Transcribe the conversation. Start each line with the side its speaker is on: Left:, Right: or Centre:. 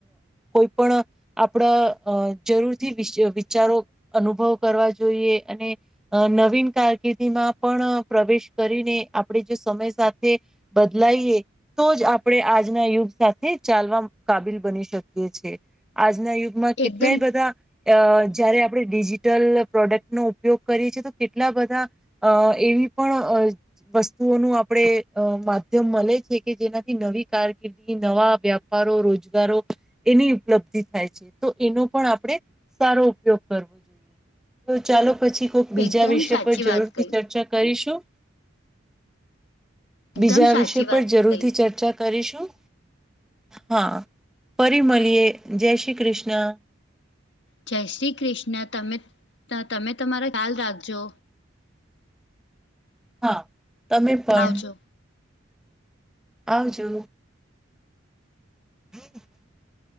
Centre: કોઈ પણ આપડા અ જરૂર થી વિશ વિચારો અનુભવ કરવા જોઈએ અને અ નવીન કારકિર્દીમાં પણ પ્રવેશ કરીને આપડે જો સમય સાથે બદલાઈ એ તો જ આપડે આજના યુગ સાથે ચાલવા કાબિલ બની શકીએ છીએ, આજના યુગ માં કેટલાય
Left: એકદમ
Centre: બધા અ જયારે આપડે ડિજિટલ પ્રોડક્ટનો ઉપયોગ કરીએ છીએ તો કેટલા બધા અ એવી પણ અ વસ્તુઓનું આપડે અ માધ્યમ મળે છે કે જેનાથી નવી કારકિર્દી, નવા વ્યાપારો, રોજગારો એની ઉપલબ્ધિ થાય છે તો એનો પણ આપડે સારો ઉપયોગ કરવો જોઈએ. તો ચાલો પછી કોક બીજા
Left: એકદમ
Centre: વિષય
Left: સાચી
Centre: પર જરૂરથી
Left: વાત કહી
Centre: ચર્ચા કરીશું.
Left: એકદમ
Centre: બીજા
Left: સાચી
Centre: વિષય પર
Left: વાત
Centre: જરૂરથી
Left: કહી
Centre: ચર્ચા કરીશું, હા ફરી મળીએ, જય શ્રી કૃષ્ણ.
Left: જય શ્રી કૃષ્ણ, તમે તમે તમારા ખ્યાલ રાખજો.
Centre: હા, તમે પણ.
Left: આવજો
Centre: આવજો. <inaudible>